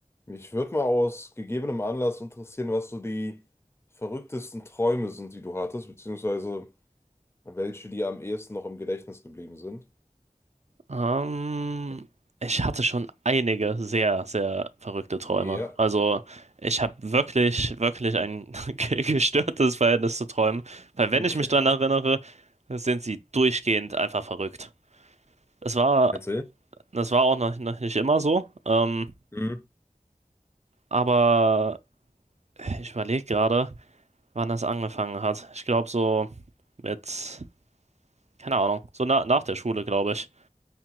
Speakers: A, on the left; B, on the right.
A: Mich würde mal aus gegebenem Anlass interessieren, was so die verrücktesten Träume sind, die du hattest, beziehungsweise welche dir am ehesten noch im Gedächtnis geblieben sind.
B: Ähm, ich hatte schon einige sehr, sehr verrückte Träume.
A: Ja,
B: Also ich habe wirklich, wirklich ein <laughs> ge- gestörtes Verhältnis zu Träumen, weil wenn
A: okay.
B: ich mich daran erinnere, sind sie durchgehend einfach verrückt. Das war,
A: Erzähl.
B: das war auch noch, noch nicht immer so, ähm,
A: Mhm.
B: aber ich überlege gerade, wann das angefangen hat. Ich glaube so mit, keine Ahnung, so na, nach der Schule, glaube ich.